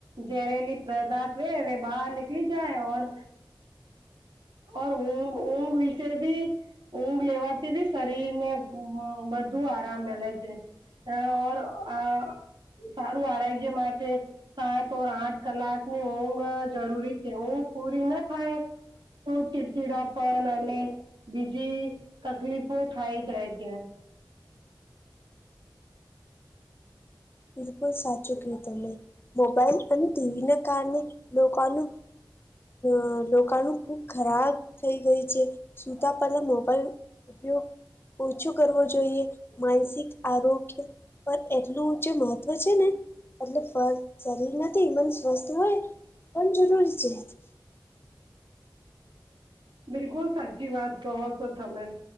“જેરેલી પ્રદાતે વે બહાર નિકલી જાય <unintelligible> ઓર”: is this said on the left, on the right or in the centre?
Right